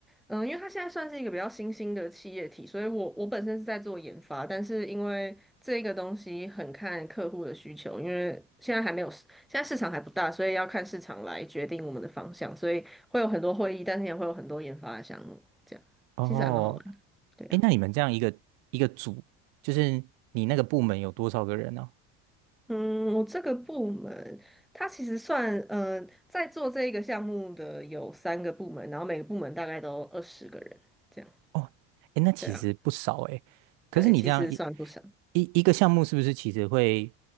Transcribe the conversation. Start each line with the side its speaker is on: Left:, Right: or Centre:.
Centre: 嗯，因为它现在算是一个比较新兴的企业体，所以我我本身是在做研发，但是因为这个东西很看客户的需求，因为现在还没有市现在市场还不大，所以要看市场来决定我们的方向，所以会有很多会议，但是也会有很多研发的项目，这样其实还蛮好玩，
Right: 哦，
Centre: 对啊。
Right: 诶，那你们这样一个一个组，就是你那个部门有多少个人呢？
Centre: 嗯，我这个部门，它其实算，呃，在做这一个项目的有三个部门，然后每个部门大概都二十个人，这样。
Right: 哦，哎，那其实不少哎。
Centre: 对啊。
Right: 可是你这样一
Centre: 对，其实算不少。
Right: 一一个项目，是不是其实会